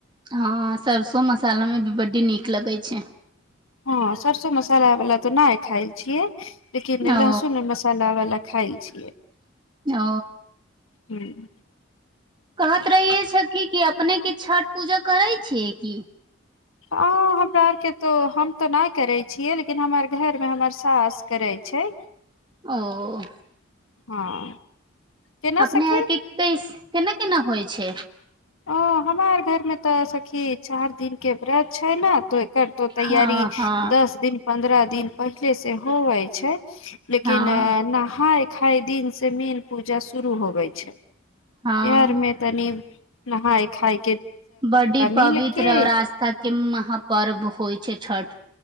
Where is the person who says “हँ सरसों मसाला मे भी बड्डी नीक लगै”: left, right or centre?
Right